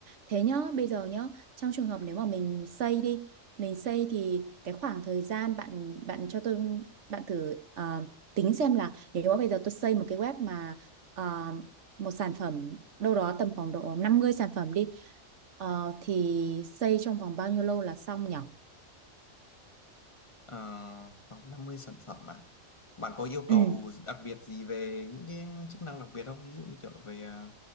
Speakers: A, on the right; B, on the left.
A: Thế nhá, bây giờ nhá, trong trường hợp nếu mà mình xây đi, mình xây thì cái khoảng thời gian bạn bạn cho tôi bạn thử ờ, tính xem là nếu mà bây giờ tôi xây một cái web mà ờ, một sản phẩm đâu đó tầm khoảng độ 50 sản phẩm đi ờ, thì xây trong vòng bao nhiêu lâu là xong nhỉ
B: Ờ, khoảng 50 sản phẩm à bạn có yêu
A: Ừ.
B: cầu đặc biệt gì về những cái chức năng đặc biệt không ví dụ như kiểu về ờ,